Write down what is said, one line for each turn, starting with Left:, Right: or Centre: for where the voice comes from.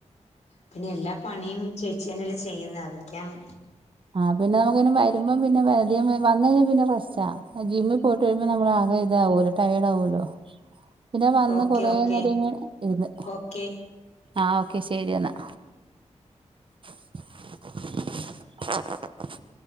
Left: പിന്നെ എല്ലാ പണിയും ചേച്ചി തന്നല്ലേ ചെയ്യുന്നത് അതൊക്കെയാണ്.
Right: ആഹ് പിന്നെ നമുക്ക് പിന്നെ വരുമ്പം പിന്നെ അധികം വന്ന് കഴിഞ്ഞാ പിന്നെ റസ്റ്റാ ജിമ്മി പോയിട്ട് വരുമ്പോ നമ്മളകെ ഇതാവല്ലോ ടയേഡ് ആകുലോ പിന്നെ വന്ന്
Left: ഓക്കെ
Right: കൊറേ
Left: ഓക്കെ
Right: നേരം ഇങ്ങനെ ഇര്ന്ന്
Left: ഓക്കെ
Right: ആഹ് ഓക്കെ ശെരി എന്നാ. <inaudible>